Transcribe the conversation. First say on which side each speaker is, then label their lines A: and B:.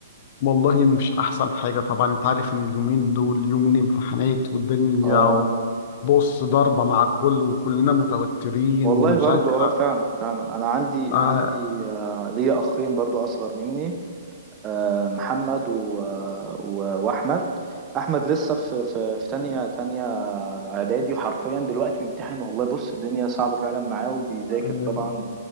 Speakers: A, on the left (about 40°); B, on the right (about 20°).
A: والله مش أحسن حاجة طبعا أنت عارف إن اليومين دول يومين امتحانات والدنيا
B: اه
A: بص ضربة مع الكل وكلنا متوترين
B: والله
A: ومذاكرة
B: برضو اه فعلا فعلا انا عندي
A: آه
B: عندي آه، ليا اخين برضو اصغر مني آه، محمد و- آه، و- واحمد احمد لسه في في في تانية تانية اعدادي وحرفيا دلوقتي بيمتحن والله بص الدنيا صعبة فعلا معاه وبيذاكر
A: آه،
B: طبعا